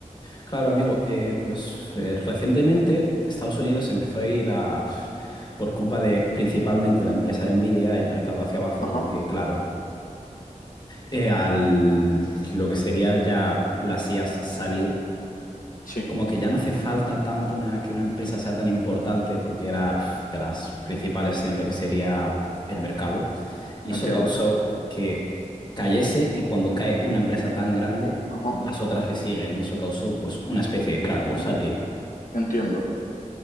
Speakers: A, on the left; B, on the left.
A: Claro, amigo, eh, pues eh, recientemente Estados Unidos empezó a ir a, pf, por culpa de principalmente la empresa de Nvidia, el mercado hacia abajo,
B: Ajá,
A: porque claro, eh, al lo que sería ya las IAs salir
B: sí,
A: como que ya no hace falta tanto una- que una empresa sea tan importante porque era pf, de las principales en lo que sería el mercado. Y
B: entiendo.
A: eso causó que cayese y cuando cae una empresa tan grande,
B: Ajá,
A: las otras le siguen y eso causó pues una especie de crack bursátil.
B: ah, entiendo.